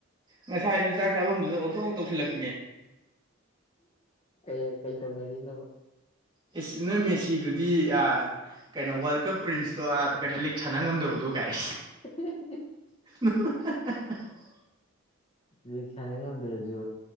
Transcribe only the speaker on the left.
ꯀ ꯀꯩ ꯇꯧꯅꯔꯤꯅꯣꯕ
<inaudible>
ꯂꯤ ꯁꯥꯟꯅ ꯉꯝꯗꯔꯁꯨ